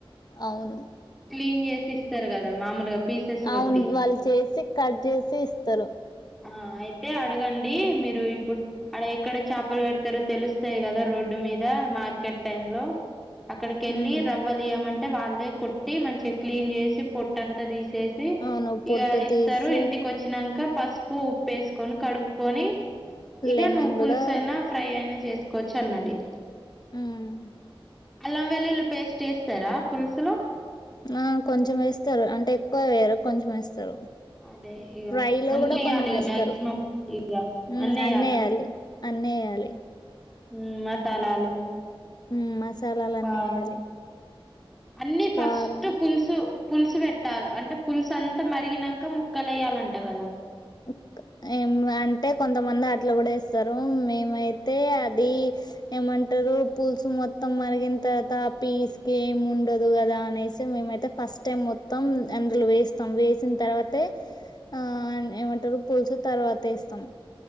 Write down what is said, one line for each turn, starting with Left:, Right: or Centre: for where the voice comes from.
Left: అవును
Centre: క్లీన్ చేసి ఇస్తారు కదా మామూలుగా పీసెస్
Left: అవును
Centre: కొట్టి
Left: వాళ్ళు చేసి కట్ చేసి ఇస్తారు
Centre: ఆ అయితే అడగండి మీరు ఇప్పుడు అడ ఎక్కడ చేపలు పెడతారో తెలుస్తాయి కదా రోడ్డు మీద మార్కెట్ టైమ్ లో అక్కడికి వెళ్ళి
Left: ఉమ్
Centre: రవ్వలియ మంటే వాళ్ళే కొట్టి మంచిగా చే క్లీన్ చేసి పొట్ట అంతా తీసేసి
Left: అవును పొట్టు
Centre: ఇగ ఇస్తారు
Left: తీసి
Centre: ఇంటికి వచ్చానాక్ పస్ పు ఉప్పేసుకని కడుకొని ఇగ
Left: లెమన్
Centre: నువ్వు పుల్సయినా
Left: కూడా
Centre: ఉ ఫ్రై అయినా చేసుకోవచ్చు అన్నది
Left: ఉమ్
Centre: అల్లం వెల్లుల్లి పేస్ట్ వేస్తారా పులుసులో
Left: ఆ కొంచెం వేస్తారు అంటే ఎక్కువ వేయరు కొంచెం వేస్తారు
Centre: అదే ఇగ
Left: ఫ్రై లో
Centre: అన్నీ
Left: కూడా
Centre: ఎయ్యాలి
Left: కొంచెం
Centre: ఇగ
Left: వేస్తారు
Centre: మాక్సిమం
Left: ఉమ్
Centre: అన్నీ ఎయ్యాలనా
Left: అన్ని వేయ్యాలి అన్ని వయ్యాలి
Centre: ఉమ్ మసాలాలు
Left: ఉమ్ మసాలాలు
Centre: కారం
Left: అన్నీ వేయాలి
Centre: అన్ని ఫస్ట్
Left: కారం
Centre: పులుసు పులుసు పెట్టాల అంటే పులుసు అంతా మరిగినాక ముక్కలు వేయాలంట కదా
Left: ఓక్ ఏం అంటే కొంతమంది అట్లు కూడా వేస్తారు మేమైతే అది ఏమంటారు పులుసు మొత్తం మరిగిన తర్వాత పీస్ ఏమి ఉండదు కదా అనేసి మేమైతే ఫస్ట్ టైం మొత్తం అందులో వేస్తాం వేసిన తర్వాతే ఆన్ ఏమంటారు పులుసు తర్వాత ఏస్తాం